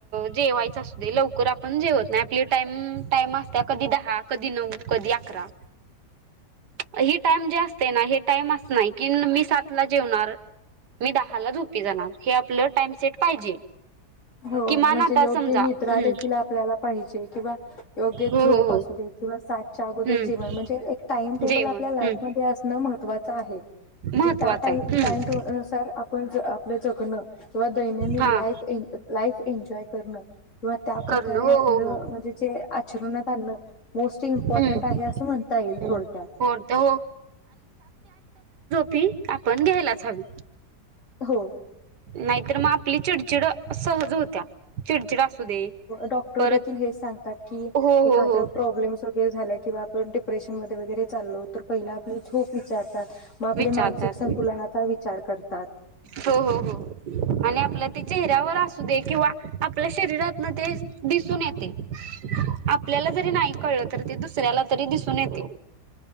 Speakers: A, on the right; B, on the left.
A: जेवायचं असू दे लवकर आपण जेवत नाही आपली टाईम टाइम असते कधी दहा कधी नऊ कधी अकरा ही टाइम जे असते ना हे टाइम असत नाही कि मी सात ला जेवणार मी दहाला झोपी जणार हे आपलं टाइम सेट पाहिजे
B: हो
A: किमान
B: म्हणजे
A: आता
B: योग्य
A: समजा
B: निद्रा
A: हम्म
B: देखील आपल्याला पाहिजे किंवा योग्य
A: हो
B: झोप
A: हो हो
B: असू दे किंवा साातच्या अगोदर
A: हम्म
B: जीवन म्हणजे एक टाइम टेबल
A: जेवण
B: आपल्या लाईफ
A: हम्म
B: म असणं महत्त्वाचं आहे म्हणजे
A: महत्त्वाचं
B: त्या टाइमे
A: आहे हम्म
B: तर आपण आपलं जगण किंवा दैनंदिन
A: हा
B: लाईफ लाईफ एन्जॉय करणं किंवा त्या प्र्रकारे
A: करणं हो
B: आपलं
A: हो हो
B: म्हणजे जे आचरणात आणणं मोस्ट इम्पॉर्टंट
A: हम्म
B: आहे असं म्हणता येईल
A: हो
B: थोडक्यात
A: हो ती आपण घ्यायलाच हवी
B: हो
A: नाहीतर मग आपली चिडचिड सहज होत्या चिडचिड दे
B: डॉक्टर
A: परत
B: देखील हेच सांगतात की
A: हो
B: एखाद
A: हो हो
B: प्रॉब्लेम् वगैरे झाल्या किं आप डिपेन मध्येैगरे चालोत तर पहिला आपल्या झोप विचारतात मग आपले
A: विचारतात्
B: मानसिक संतुलनाचा विचार करतात
A: हो हो हो आणि आपल्या चेहऱ्यावर असू दे किंवा आपल्या शरीरातन ते दिसून येते आपल्याला जरी नाही कळलं त ते दुसऱ्याला तरी दिसून येते